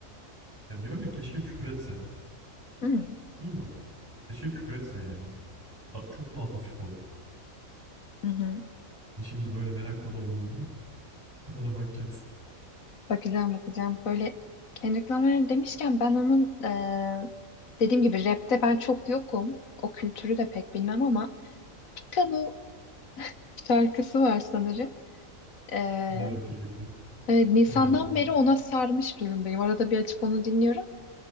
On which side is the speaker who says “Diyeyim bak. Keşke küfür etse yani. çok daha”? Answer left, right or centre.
Right